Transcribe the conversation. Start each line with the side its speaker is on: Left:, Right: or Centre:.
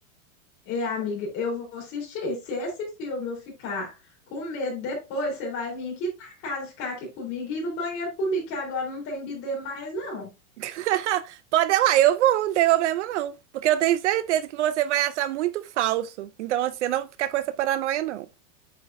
Left: E amiga, eu vou assistir. Se esse filme eu ficar com medo depois, você vai vir aqui para casa ficar aqui comigo e ir no banheiro comigo, que agora não tem bidê mais, não.
Right: <laughs> Pode ir lá, eu vou, não tem problema, não. Porque eu tenho certeza que você vai achar muito falso. Então, assim, você não vou ficar com essa paranoia, não.